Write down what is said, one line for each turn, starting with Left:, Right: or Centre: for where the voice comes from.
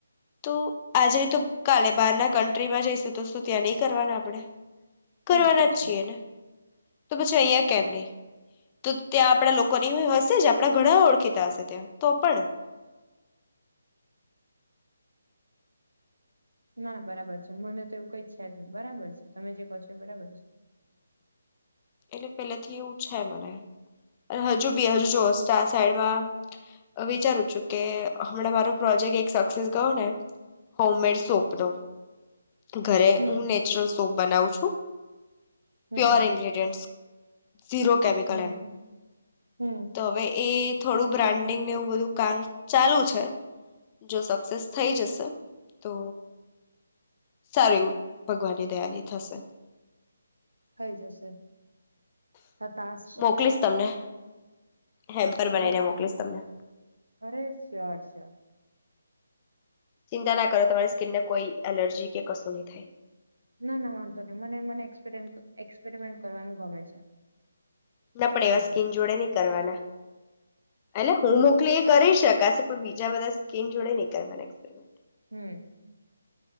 Left: તો આજે તો કાલે બહાર ના કન્ટ્રીમાં જઈશું તો શું ત્યાં નહી કરવાના આપણેે કરવાના
Right: હા એ તો
Left: જ
Right: છે
Left: છીએ ને તો પછી અહંયા કેમ નહી તો ત્યાં આપડા લોકોની હશે જ આપડા ઘણા ઓળખીતા હશે ત્યાં તો પણ
Right: ના બરાબર છે મને તો એવું કઈ છે જ નહી બરાબર છે તમે જે કહો છો એ બરાબર છે
Left: એટલે પેલે થી એવું છે મને હજુ બી હજુ જો આ સાઈડમાં વિચારું છું કે હમણાં મારો પ્રોજેક્ટ એક સક્સેસ ગયો ને હોમ મેડ સોપ નો ઘરે
Right: હમ્મ
Left: હું નેચરલ તો બનાવું છું
Right: હમ્મ
Left: પ્યોર ઇંગ્રેડિસેંટ્સ ઝીરો કેમિકલ
Right: હમ્મ
Left: એમ
Right: હમ્મ
Left: તો હવે એ થોડું બ્રાન્ડિંગને એવું બધું કામ ચાલુ છે જો સક્સેસ થઈ જશે તો સારું એવું ભગવાનની દયાથી થશે
Right: થાઈ જશે હતાશ તો
Left: મોકલીસ તમને હેમ્પર બનાવીને
Right: અરે પાચ
Left: મોકલીશ તમને
Right: અરે શળ શ
Left: ચિંતા ના કરો તમારી સ્કીિનને કોઈ એલર્જી કે કશું નહી થાય
Right: ના ના વાંધો નહી મને મનેપ એક્સપેરિમેન્ટ કરવાનું ગમે છે
Left: ના પણ
Right: ચાલશે
Left: એવા સ્કીન જોડે નહી કરવાના એટલે હું મોકલી એ કરી શકાશે પણ બીજા બધા સ્કીન જોડે નનીકળવાના એક્સપેરમેન્ટ
Right: હમ